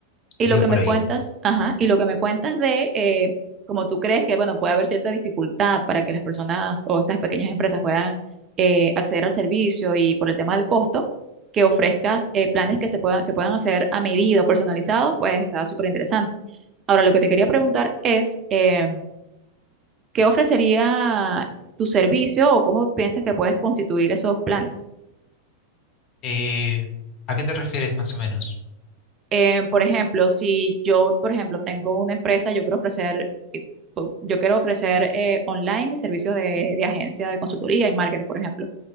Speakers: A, on the right; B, on the left.
A: y
B: iría
A: lo que
B: por
A: me
B: ahí.
A: cuentas, ajá, y lo que me cuentas de eh, como tú crees que, bueno, puede haber cierta dificultad para que las personas o estas pequeñas empresas puedan eh, acceder al servicio y por el tema del costo, que ofrezcas eh, planes que se puedan, que puedan hacer a medida o personalizados, pues está súper interesante. Ahora, lo que te quería preguntar es, eh, ¿qué ofrecería tu servicio o cómo piensas que puedes constituir esos planes?
B: Eh, ¿a qué te refieres más o menos?
A: Eh, por ejemplo, si yo, por ejemplo, tengo una empresa, yo quiero ofrecer, eh, po- yo quiero ofrecer eh, online mis servicios de, de agencia de consultoría y marketing, por ejemplo.